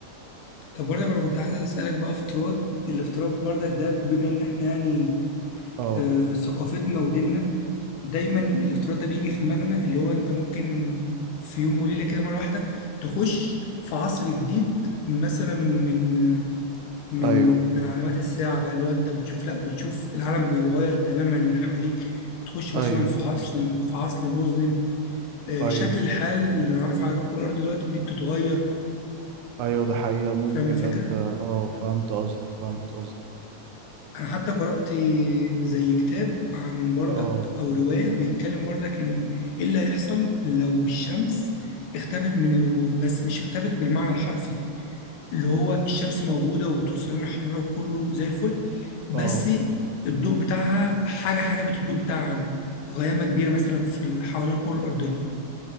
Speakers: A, on the left; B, on the right.
A: طب برضك انا كنت عايز اسالك بقى افتراض الافتراض برضك ده بما ان احنا يعني
B: اه
A: آه ثقافتنا وديننا دايما الافتراض ده بيجي في دماغنا اللي هو انت ممكن في يوم وليله كده مره واحده تخش في عصر جديد مثلا من من
B: ايوه
A: من علامات الساعه بقى اللي هو انت بتشوف لا بتشوف العالم بيتغير تماما من حواليك بتخش مثلا
B: ايوه
A: في عصر في عصر مظلم آه،
B: ايوه
A: شكل الحال اللي نعرفه على كوكب الارض دلوقتي دي بتتغير
B: ايوه ده حقيقة ممكن
A: فاهم الفكره
B: انت اه فهمت قصدك فهمت قصدك
A: انا حتى قرأت زي كتاب عن بردك
B: اه
A: او رواية بيتكلم بردك انه ايه اللي هيحصل لو الشمس اختفت من الوجود بس مش اختفت بالمعنى الحرفي اللي هو الشمس موجودة وبتوصل لنا حرارة وكله زي الفل بس
B: اه
A: الضوء بتاعها حاجة حاجة بالضوء بتاعها عن غيامة كبيرة مثلا في ال- حوالين الكرة الأرضية